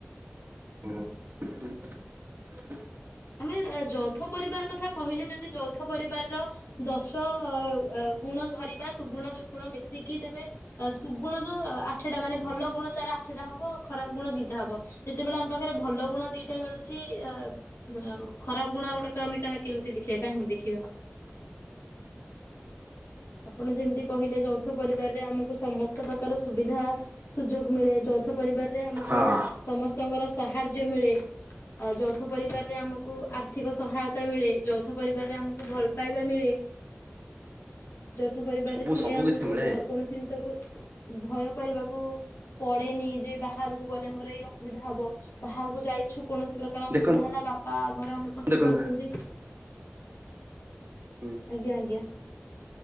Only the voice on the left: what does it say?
ଆମେ ଯୌଥ ପରିବାର କଥା କହିଲେ ଯଦି ଯୌ ଥ ପରିବାରର ଦଶ। ଗୁଣ ଧରିବା ସୁଗୁଣ ଦୁର୍ଗୁଣ ବି ସେ କିି ତେବେ ଅ ସୁଗୁଣ ତ ଆଠଟା ମାନେ ଭଲ ଗୁଣ ତାର ଆଠଟା ହବ ଖରାପ ଗୁଣ ଦିଟା ହବ ଯେତେବେଳେ ଆମ ପାଖରେ ଭଲ ଗୁଣ ଦିଟା ମିଳୁଛି ଅ ଖରାପ ଗୁଣ ଗୁଡାକ ଆମେ କାହା କେମିତି ଦେଖିବା କାହିଁକି ଦେଖିବା ଆପଣ ଯେମିତି କହିଲେ ଯୌଥ ପରିବାରରେ ଆମକୁ ସମସ୍ତ ପ୍ରକାର ସୁବିଧା ସୁଯୋଗ ମିଳେ ଯୌଥ ପରିବାର। ଆମକୁ
ସମସ୍ତଙ୍କର ସାହାର ସହାଯ୍ୟ ମିଳେ ଆ ଯୌଥ ପରିବାର। ରେ ଆମକୁ ଆର୍ଥିକ ସହାୟତା ମିଳେ ଯୌଥ ପରିବାରରେ ଆମକୁ ଭଲ। ପାଇବା ମିଳେ। ଯୌଥ ପରିବାରରେ
ଥିଲେ
ଆମକୁ
ଭ କୌଣସି ଜିନିଷକୁ ଭ ଚିନ୍ତା କରିବାକୁ ପଡେନି ଯେ ବାହାରକୁ ଗଲେ ମୋର ଏଇ ଅସୁବିଧା ହବ ବାହାରକୁ ଯାଇଛୁ। କୌଣସି ପ୍ରକାର
ଅସୁବିଧା ହେଲା ବା। ବା ଘରେ ଅନୁପସ୍ଥିତ
ଅଛନ୍ତି।
ଆଜ୍ଞା ଆଜ୍ଞା।